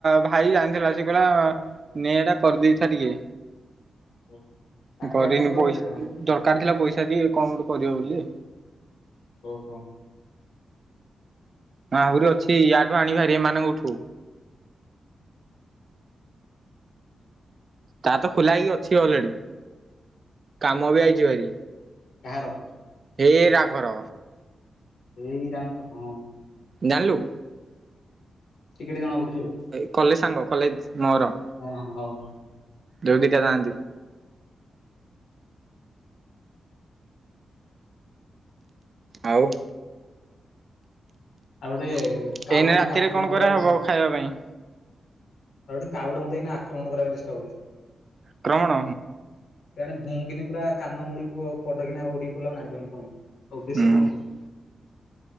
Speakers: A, on the right; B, on the left.
A: ଭାଇ ଆଣିଥିଲା ସେ କହିଲା ନେ ଏଟା କରିଦେଇଥା ଟିକେ।
B: <inaudible> ତାଙ୍କ
A: ମୁ କରିନି
B: ଆଇଡି ଟା ପୁରା
A: ପଇସା
B: ପୁରି ଏଟା
A: ଦରକାର ଥିଲା ପଇସା ଟିକେ କଣ ଗୋଟେ କରିବ ବୋଲି।
B: ଓହୋ।
A: ହଁ ଆହୁରି ଅଛି ୟାଠୁ ଆଣିବା ହେରି ଏମାନଙ୍କଠୁ। ତାର ତ ଖୋଲା ହେଇକି ଅଛି ଅଲରେଡି, କାମ ବି ଆଇଛି ଭାରି।
B: କାହାର?
A: ହେ ରାଘର।
B: ଏଇରାଙ୍କର ହଁ।
A: ଜାଣିଲୁ।
B: ଟିକେ ଟିକେ ଜଣାପଡୁଛି ଆଉ।
A: ଏ କଲେଜ୍ ସାଙ୍ଗ କଲେଜ୍ ମୋର।
B: ହଁ, ହ।
A: ଯୋଉ ଦିଇଟା ଯାଆନ୍ତି। ଆଉ।
B: ଆଉ ଗୋଟେ
A: ଏଇନା
B: କାଉ ଗୋଟେ ମତେ
A: ରାତିରେ
B: ଆକ୍ରମଣ
A: କଣ
B: କରିବା
A: କରା
B: ପାଇଁ
A: ହବ
B: ଚେଷ୍ଟା
A: ଆଉ
B: କରୁଛି
A: ଖାଇବା ପାଇଁ?
B: ଆଉ ଗୋଟେ କାଉଟେ ମତେ ଏଇନା ଆକ୍ରମଣ କରିବା ପାଇଁ ଚେଷ୍ଟା କରୁଛି।
A: ଆକ୍ରମଣ।
B: କିଆଣି ଭୂଁ କିିନି ପୁରା କାନମୂଳି ପୁଅ କଡକିିନା ଉଡିିକି ପିଳେଇଲା ମୁ ଜାଣିପାରୁନି କଣ? ତା ଉଦ୍ଦେଶ୍ୟ
A: ହୁଁ
B: କଣ ହ